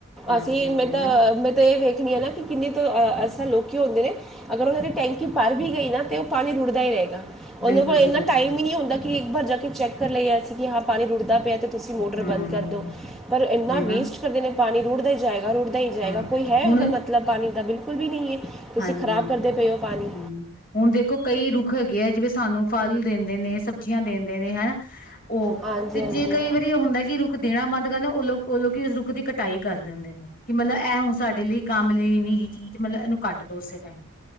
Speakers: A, on the left; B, in the centre.
A: ਹਾਂਜੀ
B: ਅਸੀਂ
A: ਹਾਂਜੀ
B: ਮੈਂ ਤਾਂ
A: ਉਹੀ ਨਾ
B: ਮੈਂ ਤਾਂ ਏ ਵੇਖਣੀ ਆ ਨਾ ਕਿ ਕਿੰਨੇ ਕੁ ਐਸੇ ਲੋਕੀ ਹੁੰਦੇ ਨੇ ਅਗਰ ਓਨਾਂ ਦੀ ਟੈਂਕੀ ਭਰ ਵੀ ਗਈ ਨਾ ਤੇ ਓ ਪਾਣੀ ਰੁੜਦਾ ਹੀ ਰਏਗਾ, ਓਨਾਂ
A: ਬਿਲਕੁਲ
B: ਕੋਲ
A: ਜੀ
B: ਇੰਨਾ
A: ਬਿਲਕੁਲ
B: ਟਾਈਮ ਹੀ ਨੀ ਹੁੰਦਾ ਕਿ ਕਿ ਇੱਕ ਵਾਰ ਜਾ ਕੇ ਚੈੱਕ ਕਰ ਲਈਏ ਅਸੀਂ ਕਿ ਹਾਂ ਪਾਣੀ ਰੁੜਦਾ ਪਿਆ ਤੇ ਤੁਸੀ ਮੋਟਰ
A: ਹਮ
B: ਬੰਦ ਕਰਦੋ, ਪਰ ਏਨਾ
A: ਉਹੀ
B: ਵੇਸਟ
A: ਨਾ
B: ਕਰਦੇ ਨੇ ਪਾਣੀ ਰੁੜਦਾ ਈ ਜਾਏਗਾ ਰੁੜਦਾ ਰੁੜਦਾ ਹੀ ਜਾਏਗਾ,
A: ਹਮ
B: ਕੋਈ ਹੈ
A: ਹੁਣ
B: ਏਦਾ ਮਤਲਬ ਪਾਣੀ ਦਾ ਬਿਲਕੁਲ ਵੀ ਨਈ ਐ, ਤੁਸੀਂ
A: ਹਾਂਜੀ
B: ਖ਼ਰਾਬ
A: ਹਾਂਜੀ
B: ਕਰਦੇ ਪਏ ਔ ਪਾਣੀ।
A: ਹੂੰ, ਹੁਣ ਦੇਖੋ ਕਈ ਰੁੱਖ ਹੈਗੇ ਐ ਜਿਵੇਂ ਸਾਨੂੰ ਫਲ ਦੇਂਦੇ ਨੇ, ਸਬਜ਼ੀਆਂ ਦੇਂਦੇ ਨੇ, ਹੈਨਾ ਓ
B: ਹਾਂਜੀ
A: ਤੇ
B: ਹਾਂਜੀ
A: ਜੇ ਕਈ ਵਾਰੀ ਏ ਹੁੰਦਾ ਕਿ ਰੁੱਖ ਦੇਣਾ ਬੰਦ ਕਰ ਦੇਣ ਓ ਲੋਕੀ ਉਸ ਰੁੱਖ ਦੀ ਕਟਾਈ ਕਰ ਦਿੰਦੇ ਨੇ ਕਿ ਮਤਲਬ ਐ ਹੁਣ ਸਾਡੇ ਲਈ ਕੰਮ ਲੀ ਨੀਹ ਚੀਜ਼, ਮਤਲ ਇਨੂੰ ਕੱਟ ਦੋ ਉਸੇ ਟਾਈਮ।